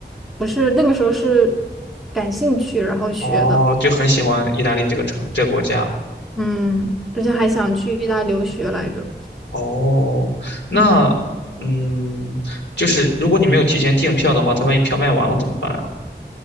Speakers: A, in the centre; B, on the left.
A: 不是那个时候是感兴趣，然后学的。
B: 哦，就很喜欢意大利这个城这个国家。
A: 嗯，之前还想去意大利留学来着。
B: 哦，那嗯，
A: 嗯，
B: 就是如果你没有提前订票的话，他万一票卖完了怎么办啊？